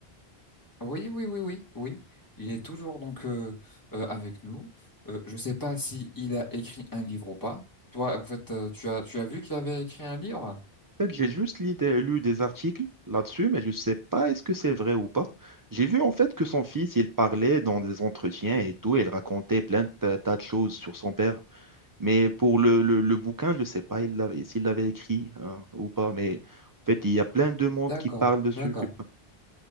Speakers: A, on the left; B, on the right.
A: oui, oui, oui, oui, oui, il est toujours donc euh, euh, avec nous. Euh, je sais pas si il a écrit un livre ou pas. Toi, en fait, euh, tu as, tu as vu qu'il avait écrit un livre?
B: En fait, j'ai juste li- des- lu des articles là-dessus, mais je ne sais pas est-ce que c'est vrai ou pas. J'ai vu en fait que son fils, il parlait dans des entretiens et tout, et il racontait plein de ta- tas de choses sur son père. Mais pour le, le- le bouquin, je ne sais pas il l'avait- s'il l'avait écrit hein, ou pas. Mais en fait, il y a plein de monde
A: D'accord,
B: qui parle dessus.
A: d'accord.
B: que-